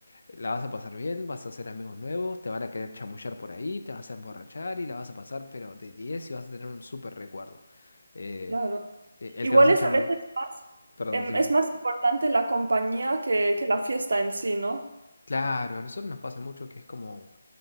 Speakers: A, on the left; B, on the right.
A: la vas a pasar bien, vas a hacer amigos nuevos, te van a querer chamullar por ahí, te vas a emborrachar y la vas a pasar, pero de 10 y vas a tener un súper recuerdo. Eh,
B: claro.
A: eh, el
B: Igual
A: te vas a
B: es
A: chamu...
B: a veces más,
A: Perdón,
B: em,
A: decime.
B: es más importante la compañía que, que la fiesta en sí, ¿no?
A: Claro, a nosotros nos pasa mucho que es como,